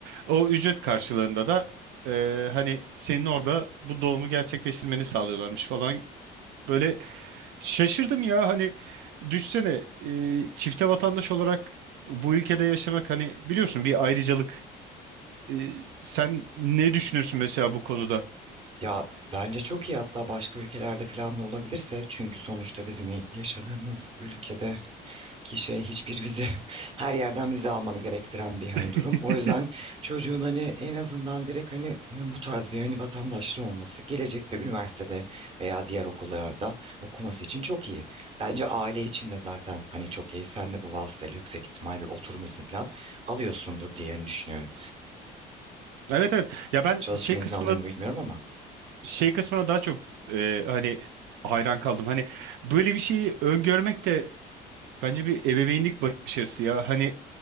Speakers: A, on the right; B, on the right.
A: O ücret karşılığında da e, hani senin orada bu doğumu gerçekleştirmeni sağlıyorlarmış falan. Böyle Şaşırdım ya hani düşsene e, çifte vatandaş olarak bu ülkede yaşamak hani biliyorsun bir ayrıcalık. E, sen ne düşünürsün mesela bu konuda?
B: Ya bence çok iyi hatta başka ülkelerde falan da olabilirse çünkü sonuçta bizim ya- yaşadığımız ülkede ki şey hiçbir vize <laughs> her yerden vize almanı gerektiren bir hani
A: <laughs>
B: durum. O yüzden çocuğun hani en azından direkt hani e, bu tarz bir hani vatandaşlığı olması gelecekte üniversitede veya diğer okullarda okuması için çok iyi. Bence aile için de zaten hani çok iyi. Sen de bu vasıtayla yüksek ihtimal bir oturum izni falan alıyorsundur diye hani düşünüyorum.
A: Evet evet ya ben
B: Çalışma
A: şey kısmına
B: izni alıyor mu bilmiyorum ama.
A: şey kısmına daha çok e, hani hayran kaldım. Hani böyle bir şeyi öngörmek de bence bir ebeveynlik başarısı ya. Hani